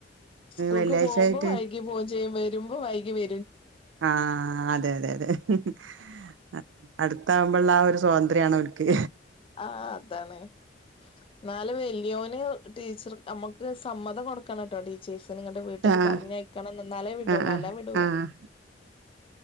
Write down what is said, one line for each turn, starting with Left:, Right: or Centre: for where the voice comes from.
Left: സ്കൂൾക്ക്
Right: വെള്ളിയാഴ്ചായിട്ട്
Left: പോകുമ്പോ വൈകി പോകൻ ചെയ വ രുമ്പോ വൈകി വെ
Right: ആ അതെ അതെ അതെ ഹി ഹി അടു ത്താകുമ്പോള്ളാ ആ ഒരു സ്വാതന്ത്ര്യയാണ് ഓര്ക്ക്
Left: ആ അതാണ് ന്നാല് വല്യോന് ടീച്ചർ നമ്മക്ക് സമ്മതം കൊടുക്കണട്ടോ ടീച്ചേഴ്സ് നിങ്ങടെ വീട്ട്ക്ക്
Right: ആഹ്
Left: പറഞ്ഞയക്കണംന്ന് ഇന്നാലേ വിടുള്ളൂ
Right: ആഹ് ആഹ്
Left: അല്ലാ വിടൂല.
Right: ആഹ്